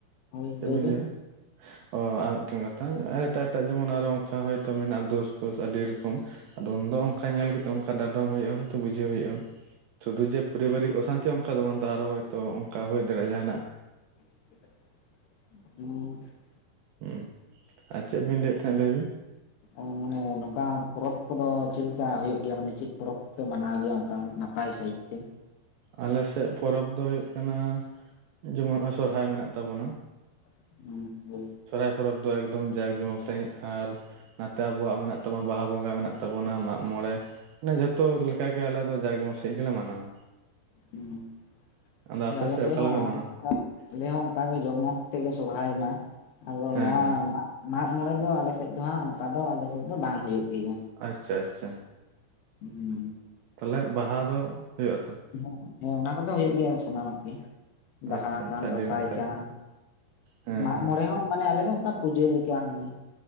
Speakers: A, on the left; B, on the right.
A: ᱦᱳᱭ
B: ᱪᱮᱫ
A: ᱞᱟᱹᱭ
B: ᱵᱤᱱ
A: ᱵᱮᱱ
B: ᱞᱟᱹᱭᱫᱟ? ᱚ ᱟᱨ ᱢᱤᱫᱴᱮᱱ ᱠᱟᱛᱷᱟ ᱟᱨ ᱮᱴᱟᱜ ᱮᱴᱟᱜ ᱡᱮᱢᱚᱱ ᱟᱨᱚ ᱚᱝᱠᱟ ᱦᱚᱭᱛᱳ ᱢᱮᱱᱟᱜᱼᱟ ᱫᱳᱥ ᱯᱷᱳᱥ ᱟᱹᱰᱤ ᱨᱚᱠᱚᱢ᱾ ᱟᱫᱚ ᱩᱱᱫᱚ ᱚᱝᱠᱟ ᱧᱮᱞ ᱠᱟᱛᱮ ᱚᱝᱠᱟ ᱰᱟᱸᱰᱚᱢ ᱦᱩᱭᱩᱜᱼᱟ ᱦᱳᱭᱛᱳ ᱵᱩᱡᱷᱟᱹᱣ ᱦᱩᱭᱩᱜᱼᱟ᱾ ᱥᱩᱫᱷᱩ ᱡᱮ ᱯᱚᱨᱤᱵᱟᱨᱤᱠ ᱚᱥᱟᱱᱛᱤ ᱦᱚᱸ ᱚᱝᱠᱟ ᱫᱚ ᱵᱟᱝ ᱛᱚ ᱟᱨᱚ ᱦᱚᱭᱛᱳ ᱚᱝᱠᱟ ᱦᱩᱭ ᱫᱟᱲᱮᱜᱼᱟ ᱡᱟᱦᱟᱱᱟᱜ
A: <inaudible>
B: ᱦᱩᱸ ᱟᱨ ᱪᱮᱫ ᱵᱤᱱ ᱞᱟᱹᱭᱮᱫ ᱛᱟᱦᱮᱸᱫ ᱞᱟᱹᱭ ᱵᱤᱱ?
A: ᱚ ᱢᱟᱱᱮ ᱱᱚᱝᱠᱟ ᱯᱚᱨᱚᱵᱽ ᱠᱚᱫᱚ ᱪᱮᱞᱮᱠᱟ ᱦᱩᱭᱩᱜ ᱜᱮᱭᱟ ᱢᱟᱱᱮ ᱪᱮᱫ ᱯᱚᱨᱚᱵᱽ ᱠᱚᱯᱮ ᱢᱟᱱᱟᱣ ᱜᱮᱭᱟ ᱚᱝᱠᱟ ᱚᱱᱮᱚᱱᱟ ᱯᱟᱭ ᱥᱟᱸᱦᱤᱡ ᱛᱮ᱾
B: ᱟᱞᱮᱥᱮᱫ ᱯᱚᱨᱚᱵᱽ ᱫᱚ ᱦᱩᱭᱩᱜ ᱠᱟᱱᱟ ᱡᱮᱢᱚᱱ ᱚᱸᱭ ᱥᱚᱨᱦᱟᱭ ᱢᱮᱱᱟᱜ ᱛᱟᱵᱚᱱᱟ᱾
A: <inaudible>
B: ᱥᱚᱨᱦᱟᱭ ᱯᱚᱨᱚᱵᱽ ᱫᱚ ᱮᱠᱫᱚᱢ ᱡᱟᱸᱠ ᱡᱚᱢᱚᱠ ᱥᱟᱺᱦᱤᱡ ᱟᱨ ᱱᱟᱛᱮ ᱟᱵᱚᱣᱟᱜ ᱢᱮᱱᱟᱜ ᱛᱟᱢᱟ ᱵᱟᱦᱟ ᱵᱚᱸᱜᱟ ᱢᱮᱱᱟᱜ ᱛᱟᱵᱚᱱᱟ ᱢᱟᱜ ᱢᱚᱬᱮ ᱢᱟᱱᱮ ᱡᱚᱛᱚ ᱞᱮᱠᱟᱜᱮ ᱟᱞᱮ ᱫᱚ ᱡᱟᱠ ᱡᱚᱢᱚᱠ ᱥᱟᱸᱦᱤᱡ ᱜᱮᱞᱮ ᱢᱟᱱᱟᱣᱟ᱾
A: ᱦᱩᱸ,
B: ᱟᱫᱚ ᱟᱯᱮ
A: ᱟᱞᱮ‌
B: ᱥᱮᱫ
A: ᱥᱮᱜ
B: ᱚᱠᱟ
A: ᱦᱚᱸ
B: ᱞᱮᱠᱟ ᱯᱮ ᱢᱟᱱᱟᱣᱟ
A: <inaudible> ᱟᱞᱮ ᱦᱚᱸ ᱚᱝᱠᱟᱜ ᱜᱮ ᱡᱚᱢᱚᱠ ᱛᱮᱜᱮ ᱥᱚᱨᱦᱟᱭ ᱢᱟ ᱟᱫᱚ
B: ᱦᱮᱸ
A: ᱱᱚᱣᱟ
B: ᱦᱮᱸ
A: ᱢᱟᱜ ᱢᱟᱜ ᱢᱚᱬᱮ ᱫᱚ ᱟᱞᱮᱥᱮᱫ ᱫᱚ ᱦᱟᱸᱜ ᱚᱝᱠᱟ ᱫᱚ ᱟᱞᱮᱥᱮᱫ ᱫᱚ ᱵᱟᱝ ᱦᱩᱭᱩᱜ ᱜᱮᱭᱟ᱾
B: ᱟᱪᱪᱷᱟ ᱟᱪᱪᱷᱟ᱾
A: <inaudible>
B: ᱛᱟᱞᱦᱮ ᱵᱟᱦᱟ ᱫᱚ ᱦᱩᱭᱩᱜ ᱟᱛᱚ?
A: <inaudible> ᱚᱱᱟ ᱠᱚᱫᱚ ᱦᱩᱭᱳᱜ ᱜᱮᱭᱟ ᱥᱟᱱᱟᱢᱟᱜ ᱜᱮ ᱵᱟᱦᱟ
B: ᱟᱪᱪᱷᱟ
A: ᱠᱟᱱ
B: ᱟᱪᱪᱷᱟ ᱟᱹᱰᱤ
A: ᱫᱟᱸᱥᱟᱭ
B: ᱱᱟᱯᱟᱭ
A: ᱠᱟᱱ
B: ᱦᱮᱸ
A: ᱢᱟᱜ
B: ᱦᱮᱸ
A: ᱢᱚᱬᱮ ᱦᱚᱸ ᱢᱟᱱᱮ ᱟᱞᱮ ᱫᱚ ᱚᱝᱠᱟ ᱯᱩᱡᱟᱹ ᱞᱮᱠᱟ ᱢᱟᱱᱮ᱾